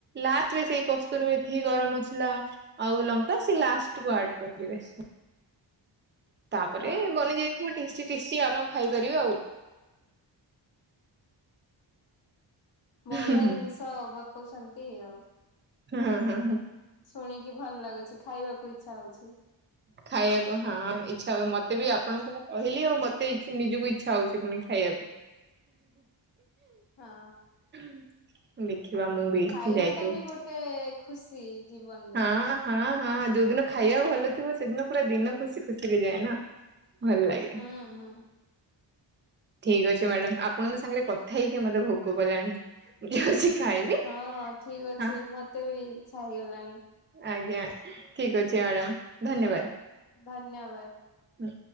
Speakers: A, on the right; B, on the left.
A: ଲାଷ୍ଟରେ ସେଇ କସ୍ତୁତି ମେଥି ଗରମ ମସଲା ଆଉ ଲଙ୍କା ସେ ଲାଷ୍ଟ କୁ ଆଡ଼ କରିଦେବେ। ତାପରେ
B: ହଁ
A: ବନିଯାଇଥିବ ଟେଷ୍ଟି କିଛି ଆପଣ ଖାଇପାରିବେ ଆଉ।
B: ବଢିଆ
A: ହୁଁ ହୁଁ
B: ଜିନିଷ ବତଉଛନ୍ତି ଆଉ।
A: ହଁ ହଁ ହଁ
B: ଶୁଣିକି ଭଲ ଲାଗୁଛି ଖାଇବାକୁ ଇଚ୍ଛା ହଉଛି।
A: ଖାଇବାକୁ ହଁ ଇଚ୍ଛା ହ ମତେ ବି ଆପଣଙ୍କୁ ମୁଁ କହିଲି ଆଉ ମତେ ନିଜକୁ ଇଚ୍ଛା ହଉଛି। ପୁଣି ଖାଇବାକୁ।
B: ହଁ।
A: <inaudible> ବି
B: ଖାଇବା
A: ଯାଇକି
B: ଟା ବି ଗୋଟେ ଖୁସି। ଜୀବନରେ
A: ହଁ ହଁ ହଁ ଯୋଉଦିନ ଖାଇବା ଭଲ ଥିବ ସେଦିନ ପୁରା ଦିନ ଖୁସି ଖୁସିରେ ଯାଏ ନା। ଭଲ ଲାଗେ।
B: ହୁଁ ହୁଁ।
A: ଠିକ ଅଛି ମ୍ୟାଡାମ ଆପଣଙ୍କ ସାଙ୍ଗରେ କଥା ହେଇକି ମତେ ଭୋକ କଲାଣି ମୁ ଯାଉଛି ଖାଇବି
B: ହଁ ଠିକ ଅଛି
A: ହଁ
B: ମତେ ବି ଇଛା ହେଇଗଲାଣି।
A: ଆଜ୍ଞା ଠିକ ଅଛି ମ୍ୟାଡ଼ାମ ଧନ୍ୟବାଦ।
B: ଧନ୍ୟବାଦ।
A: ହଁ।